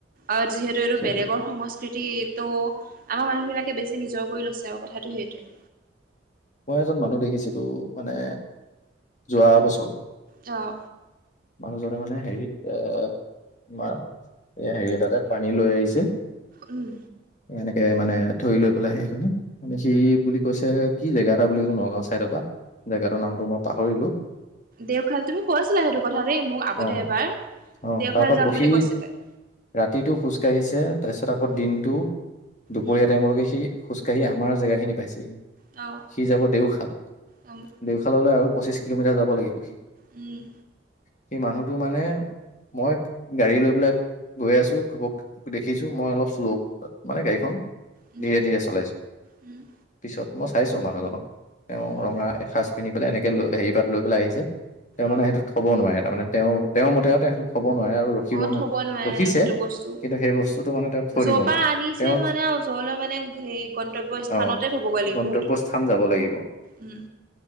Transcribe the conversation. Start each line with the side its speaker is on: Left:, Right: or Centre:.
Right: অ যিহেতু এইটো
Left: সেইটোৱে
Right: বেলেগৰ সংস্ক কৃতি ত আমাৰ মানুহবিলাকে বেছি নিজৰ কৰি লৈছে আওঁ কথাটো সেইটোৱে।
Left: মই এজন মানুহ দেখিছিলো মানে যোৱা বছৰ।
Right: অঁ।
Left: মানুহজনে মানে হেৰিত এ তোমাৰ এই হেৰি এটাতে পানী লৈ আহিছে
Right: উম।
Left: এনেকে মানে ধৰি লৈ পেলাই সেইখনে মানে সি বুলি কৈছে কি জেগা এটা বুলি কলে নগাওঁ চাইডৰ পৰা জেগাটোৰ নামটো মই পাহৰিলো।
Right: দেওখাল তুমি কৈছিলা সেইটো কথা দেই মোক আগতে
Left: অ
Right: এবাৰ,
Left: অ
Right: দেওখাল
Left: তাৰপা
Right: যাম
Left: বহি
Right: বুলি কৈছিলে।
Left: ৰাতিটো খোজ কাঢ়িছে তাৰপিছত আকৌ
Right: উম,
Left: দিনটো দুপৰীয়া
Right: উম,
Left: টাইমলৈকে সি খোজকাঢ়ি আমাৰ জেগাখিনি পাইছেহি।
Right: অ',
Left: সি যাব দেওশাল,
Right: উম,
Left: দেওশাললৈ আৰু পঁচিশ কিলোমিটাৰ যাব লাগিব সি।
Right: উম।
Left: সি মানুহটো মানে মই গাড়ী লৈ পেলাই গৈ আছো ঘপককে দেখিছো মই অলপ শ্ল' মানে গাড়ীখন
Right: উম,
Left: ধীৰে ধীৰে চলাইছো।
Right: উম।
Left: পিছত মই চাইছো মানুহজনক, তেওঁ
Right: উম,
Left: ৰঙা এসাঁজ পিন্ধি পেলাই এনেকে লৈ হেৰি পাত লৈ পেলাই আহিছে। তেওঁ মানে
Right: অ'।
Left: সেইটোত থ'ব নোৱাৰে তাৰ মানে তেওঁৰ মতে সেইটোত থব নোৱাৰে আৰু ৰখিব
Right: অ থব নোৱাৰে
Left: ৰখিছে
Right: সেইটো বস্তু
Left: কিন্তু সেই বস্তুটো মানে তেওঁ থৈ
Right: যৰ
Left: দিব
Right: পৰা
Left: নোৱাৰে
Right: আনিছে
Left: তেওঁ
Right: মানে জৰলৈ মানে সেই গন্তব্য স্থানতে
Left: অ
Right: থবগৈ লাগিব
Left: গন্তব্য
Right: সেইটো
Left: স্থান যাব লাগিব
Right: উম